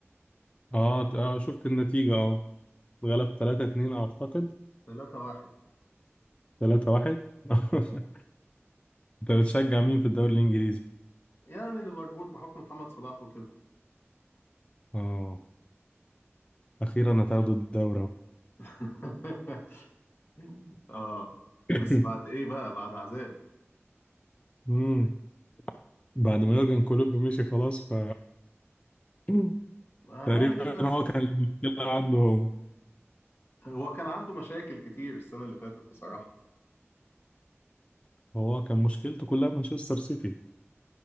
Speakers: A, on the left; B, on the left.
A: اه ت- اه شفت النتيجه اه غلب 3 2 اعتقد
B: 3-1
A: 3 1 <laughs>
B: آه.
A: انت بتشجع مين في الدوري الانجليزي
B: يعني ليفربول بحكم محمد صلاح وكده
A: اه اخيرا هتاخدوا الدوري اهو
B: <laughs> اه
A: <laughs>
B: بس بعد ايه بقى بعد عذاب
A: امم بعد ما يورجن كلوب مشي خلاص ف <laughs>
B: ما
A: تقريبا
B: هنعمل ايه بس
A: هو كان المشكلة عنده هو
B: هو كان عنده مشاكل كتير السنة اللي فاتت بصراحة
A: هو كان مشكلته كلها مانشستر سيتي